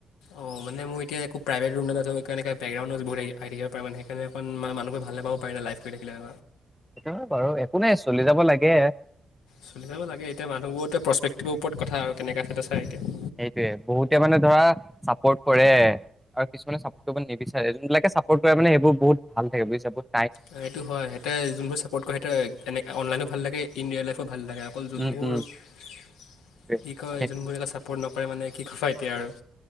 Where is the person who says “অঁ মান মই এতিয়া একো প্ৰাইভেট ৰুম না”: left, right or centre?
Left